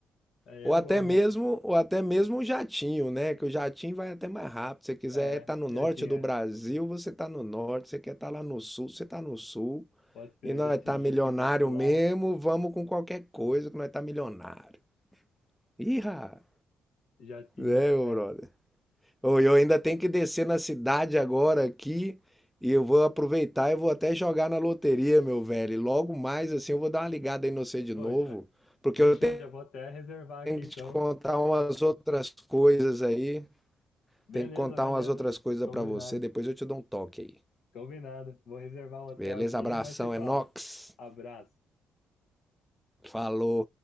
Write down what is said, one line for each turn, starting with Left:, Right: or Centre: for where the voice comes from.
Left: Aí
Centre: Ou
Left: é
Centre: até
Left: bom,
Centre: mesmo,
Left: né?
Centre: ou até mesmo um jatinho, né? Que o jatinho vai até mais rápido. Se você quiser
Left: É,
Centre: estar no
Left: já
Centre: norte
Left: tinha.
Centre: do Brasil, você está no norte. Se você quer estar lá no sul, você está no sul.
Left: Pode ser,
Centre: E nós
Left: já tinha,
Centre: tá milionário
Left: já tinha particular.
Centre: mesmo, vamos com qualquer coisa que nós tá milionário. Irra!
Left: Jatinho,
Centre: É, meu
Left: é.
Centre: brother. Ô, Eu ainda tenho que descer na cidade agora aqui e eu vou aproveitar e vou até jogar na loteria, meu velho. E logo mais assim eu vou dar uma ligada aí no você de
Left: Pô,
Centre: novo,
Left: já-
Centre: porque
Left: fechou,
Centre: eu tenho
Left: já vou até reservar aqui
Centre: que te
Left: então.
Centre: contar umas outras coisas aí
Left: Beleza,
Centre: Tem que contar
Left: beleza.
Centre: umas outras coisas
Left: Combinado,
Centre: pra você, depois eu te dou um toque aí.
Left: combinado. Vou reservar o hotel
Centre: Beleza?
Left: aqui
Centre: Abração,
Left: e nós se fala.
Centre: Enox.
Left: Abraço.
Centre: Falou.